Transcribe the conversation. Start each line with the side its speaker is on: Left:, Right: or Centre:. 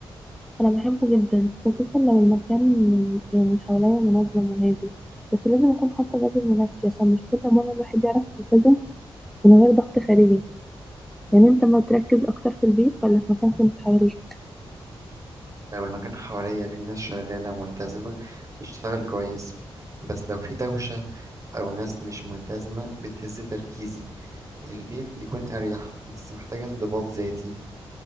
Centre: أنا بحبه جدا خصوصا لو المكان يعني حواليا منظم وهادي بس لازم أكون حاطة جدول لنفسي عشان مش كل مرة الواحد يعرف يلتزم من غير ضغط خارجي يعني أنت ما تركز أكتر في البيت ولا في مكان فيه ناس حواليك
Right: لو المكان حواليا فيه ناس شغالة ملتزمة بتشتغل كويس بس لو في دوشة أو ناس مش ملتزمة بتهز تركيزي البيت بيكون أريح بس محتاج انضباط ذاتي